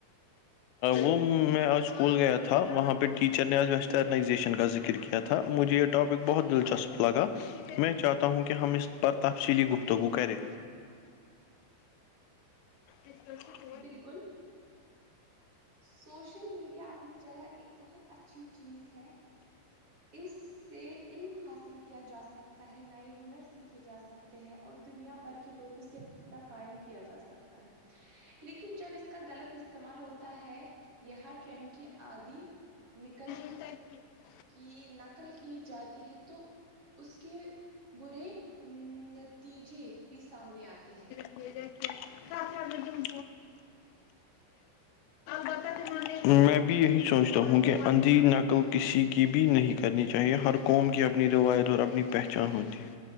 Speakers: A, on the left; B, on the right.
A: وہ میں آج اسکول گیا تھا وہاں پہ ٹیچر نےج وزیشن کا ذکر کیا تھا مجھے یہ ٹاپک بہت دلچسپ لگا میں چاہتا ہوں کہ ہم اس پر تفصیلی گفتگو کریں <unintelligible> <inaudible>
B: بالکل سوشل میڈیا اپنی جگہ ایک بہت اچھی چیز ہے اس سے علم حاصل کیا جا سک تح نئے ہنر سیکھے جا سکتے ہیں اور دنیا بھر کے لوگوں سےہ قائم کیا جا سکتا ہے لیکن جب اس کا غلط استعمال ہوتا ہے یہ ٹرینڈ کی آدھی نکل
A: <unintelligible> <inaudible>
B: کی نقل کی جاتی ہے تو اس کے برے ا تیجے بھی سامنے آتے ہیں
A: یہ کیا تگر دن بٹے <unintelligible> میں بھی یہی سوچتا ہوں کہ اندھیری نقل کسی کی بھی نہیں کرنی چاہیے ہر قوم کی اپنی روایت اور اپنی پہچان ہوتی ہے